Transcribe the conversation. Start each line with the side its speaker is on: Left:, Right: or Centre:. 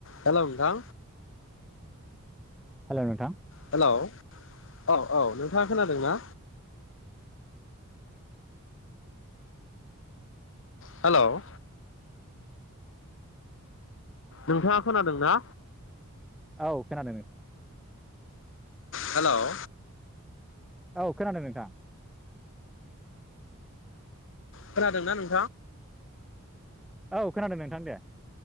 Left: हेल दा
Centre: हेल' नोंथां।
Left: हेलौ औ औ नोंथाङा खोनादों ना? हेल' नोंथाङा खोनादों ना?
Centre: औ खोनादोंमोन ।
Left: हेल'
Centre: औ खोनादों नोंथां।
Left: खोनादोंना नों
Centre: औ खोनादों नोंथां दे।